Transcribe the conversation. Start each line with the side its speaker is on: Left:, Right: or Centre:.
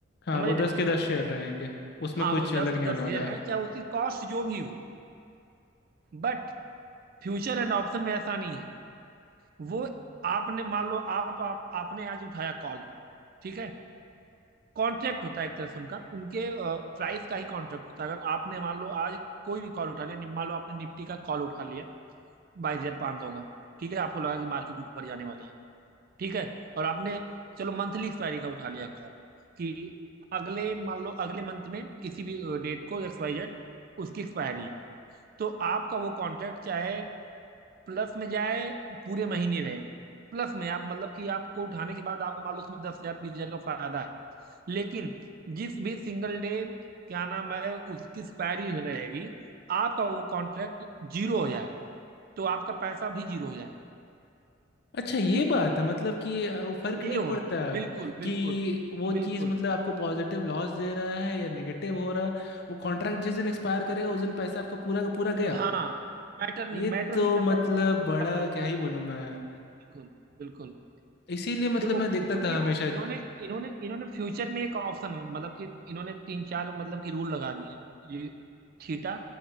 Left: हाँ
Right: समझ
Left: वो
Right: रहे
Left: दस
Right: हो
Left: के दस शेयर रहेंगे उसमें
Right: हाँ
Left: कुछ
Right: वो दस
Left: अलग
Right: के
Left: नहीं
Right: दस
Left: होने वाला
Right: शेयर है चाहे उसकी कॉस्ट जो भी हो बट फ्यूचर एंड ऑप्शन में ऐसा नहीं है वो आपने मान लो आप, आप आपने आज उठाया कॉल ठीक है कॉन्ट्रैक्ट होता है एक तरह से उनका उनके प्राइस का ही कॉन्ट्रैक्ट होता है अगर आपने मान लो आज कोई भी कॉल उठा लिया नि- मान लो आपने निफ्टी का कॉल उठा लिया बाईस हजार पाँच सौ का ठीक है आपको लगा कि मार्केट ऊपर जाने वाली है ठीक है और आपने चलो मंथली एक्सपायरी का उठा लिया कॉल कि अगले मान लो अगले मंथ में किसी भी डेट को एक्स वाई जेड उसकी एक्सपायरी है तो आपका वो कॉन्ट्रैक्ट चाहे प्लस में जाए पूरे महीने रहे प्लस में आप मतलब कि आपको उठाने के बाद आपको मालूम उसमें दस हजार बीस हजार का फायदा है लेकिन जिस भी सिंगल डे क्या नाम है उसकी एक्सपायरी रहेगी आपका वो कॉन्ट्रैक्ट जीरो हो जाएगा तो आपका पैसा भी जीरो हो जाएगा
Left: अच्छा ये बात है मतलब कि अ, वो फर्क
Right: ये
Left: नहीं
Right: हो
Left: पड़ता
Right: बिल्कुल
Left: कि
Right: बिल्कुल
Left: वो चीज़
Right: बिल्कुल
Left: मतलब आपको पॉजिटिव लॉस दे रहा है या नेगेटिव हो रहा वो कॉन्ट्रैक्ट जिस दिन एक्सपायर करेगा उस दिन पैसा आपका पूरा का पूरा गया
Right: हाँ मैटर नहीं
Left: ये
Right: मैटर
Left: तो
Right: नहीं करता
Left: मतलब
Right: कि आप
Left: बड़ा
Right: आप पैसे
Left: क्या ही
Right: और कर
Left: बोलूँ
Right: रहे
Left: मैं
Right: हो बिल्कुल बिल्कुल
Left: इसीलिए मतलब
Right: देखो
Left: मैं देखता
Right: चूंकि
Left: था
Right: ना
Left: हमेशा
Right: इन्होंने इन्होंने इन्होंने फ्यूचर में एक ऑप्शन मतलब कि इन्होंने तीन चार मतलब कि रूल लगा दिए हैं ये थीटा